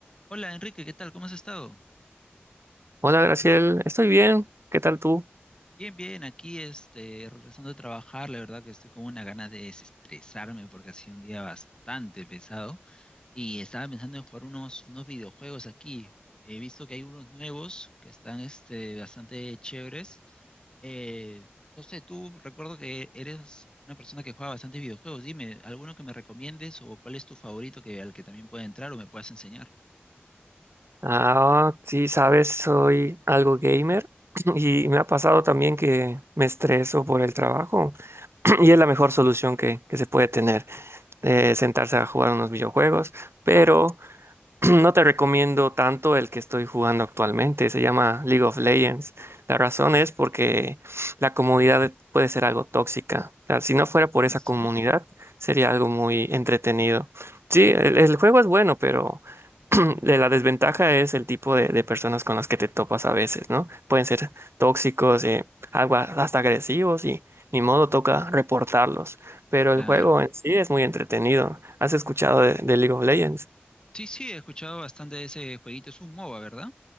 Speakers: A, on the left; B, on the right.
A: Hola Enrique, ¿qué tal? ¿Cómo has estado?
B: Hola, Graciel, estoy bien. ¿Qué tal tú?
A: Bien, bien, aquí este, regresando a trabajar, la verdad que estoy con una gana de desestresarme porque ha sido un día bastante pesado y estaba pensando en jugar unos, unos videojuegos aquí. He visto que hay unos nuevos que están este, bastante chéveres. Eh, no sé, tú recuerdo que eres una persona que juega bastante videojuegos. Dime, ¿alguno que me recomiendes o cuál es tu favorito que, al que también pueda entrar o me puedas enseñar?
B: Ah, sí, sabes, soy algo gamer <clears throat> y me ha pasado también que me estreso por el trabajo <clears throat> y es la mejor solución que, que se puede tener, eh, sentarse a jugar unos videojuegos, pero <clears throat> No te recomiendo tanto el que estoy jugando actualmente, se llama League of Legends. La razón es porque la comunidad puede ser algo tóxica. O sea, si no fuera por
A: Ah,
B: esa
A: sí,
B: comunidad, sería algo muy entretenido. Sí, el, el juego es bueno, pero <clears throat> la desventaja es el tipo de, de personas con las que te topas a veces, ¿no? Pueden ser tóxicos, eh, algo a- hasta agresivos y ni modo toca reportarlos. Pero
A: claro.
B: el juego en sí es muy entretenido. ¿Has escuchado de de League of Legends?
A: Sí, sí, he escuchado bastante de ese jueguito. Es un MOBA, ¿verdad?